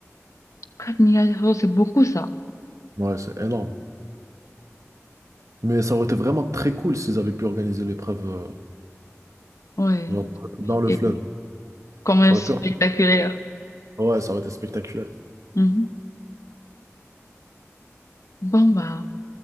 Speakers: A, on the left; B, on the right.
A: 4 milliards d'euros, c'est beaucoup ça.
B: Ouais, c'est énorme. Mais ça aurait été vraiment très cool s'ils avaient pu organiser l'épreuve euh,
A: Ouais,
B: genre
A: ça
B: dans
A: aurait
B: le
A: été
B: fleuve.
A: quand même
B: Ça
A: spectaculaire.
B: aurait pu... Ouais, ça aurait été spectaculaire.
A: Mhm. Bon, bah,